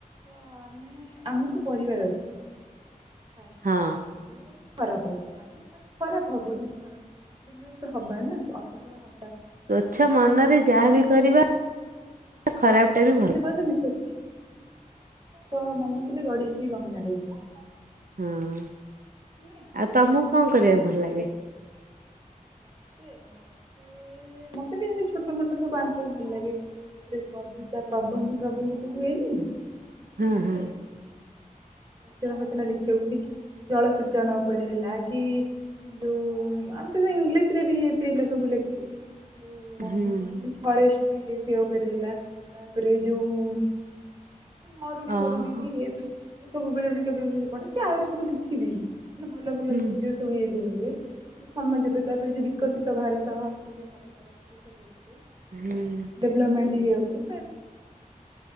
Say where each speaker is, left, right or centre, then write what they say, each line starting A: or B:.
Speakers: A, on the right (about 35°); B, on the right (about 80°).
A: ଆମେ ଆମକୁ ପଢ଼ିବାର ଅଛି। ଫାଷ୍ଟ
B: ହଁ।
A: ଭଲ ଖରାପ ହଉ ଆଗେ ଖରାପ ହବ ଦିଥର। ଦିନ ତ ହବ ନା ଅସଫଳ ହବା
B: ସ୍ଵଚ୍ଛ
A: ତତେ ଦିନ
B: ମନରେ
A: ଦିନେ ତ
B: ଯାହାବି
A: ହବ ନା
B: କରିବା
A: ସଫଳ।
B: ଖରାପ
A: ଯେମିତି
B: ଟା ବି ଭଲ
A: କହାନ୍ତିନି ସ୍ୱଚ୍ଛ <unintelligible> ସ୍ଵଚ୍ଛ ମନଥିଲେ ଗଡିଆ ବି ଗଙ୍ଗା ହେଇଯିବ।
B: ହଁ
A: ନୁହେଁ
B: ଆଉ ତମକୁ
A: ହଁ
B: କଣ କରିବାକୁ
A: ତ
B: ଭଲ ଲାଗେ?
A: ସେ ମତେ ମତେ ମତେ ବି ଏମତି ଛୋଟ ମୋଟ ସବୁ ଆଙ୍କିବାକୁ ଭଲ ଲାଗେ। ତାପରେ କବିତା ପ୍ରବନ୍ଧ ପ୍ରବନ୍ଧ ଯୋଉ ହୁଏନି
B: ହଁ ହଁ
A: ରଚନା ଫଚନା ଲେଖିବାକୁ କିଛି ଜଳ ସୂଚନ ଉପରେ ହେଲା କି ଯୋଉ ଆମେ ତ ଇଂଲିଶ ରେ ବିଏପ ସବୁ ଲେଖେ ଯୋଉ
B: ହୁଁ
A: କଣ କହିଲକି ଫରେଷ୍ଟ ବି ଇଏ ଫୟ ଉପରେ ହେଲା ତାପରେ ଯେଉଁ ମରୁଡି
B: ଓହୋ।
A: ଫରୁଡି <unintelligible> କି ଏବେ ସବୁ ବେଳେ ବେଳେ କେବେ ବି ପଡେ କି ଆହୁରି ସବୁ କିଛି ବି ନା ଭଲ ଭଲ
B: ହୁଁ
A: ସବୁ ଯଉ ଇଏ ଦିଆ ହୁଏ ସମାଜ ତାପରେ ଯୋଉ ବିକଶିତ ଭାରତ ଇଏ ଭାରତ ସବୁରେ ହେଲା
B: ହୁଁ
A: ଡିଭଲମେଣ୍ଟଇ ଇଏ ଉପରେ